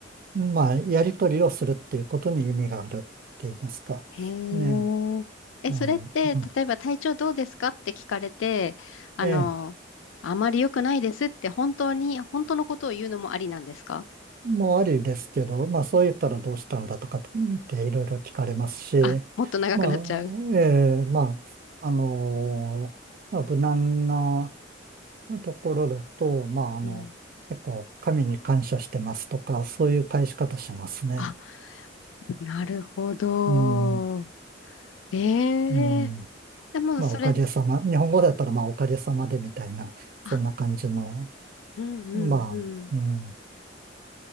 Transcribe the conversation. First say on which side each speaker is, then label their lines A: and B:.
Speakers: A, on the right (about 50°); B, on the left (about 80°).
A: まあ、やり取りをするっていうことに意味があるって言いますか。
B: へえ。
A: ね。
B: え、
A: あの、
B: それって、
A: うん。
B: 例えば体調どうですかって聞かれて、あの、
A: ええ、
B: あまり良くないですって本当に、本当のことを言うのもありなんですか
A: もうありですけど、まあ、そう言ったらどうしたんだとかっていろいろ聞かれますし、
B: あ、もっと長くなっちゃう。
A: まあ、ええ、まあ、あのまあ、無難な、のところだと、まあ、あの、
B: うん。
A: 結構神に感謝してますとか、そういう返し方しますね。
B: あ、なるほど。
A: うん、
B: ええ。
A: うん。
B: でもそれ、
A: まあ、おかげさま。日本語だったら、まあ、おかげさまでみたいな、
B: あ、
A: そんな感じの。
B: うんうんうん。
A: まあ、うん。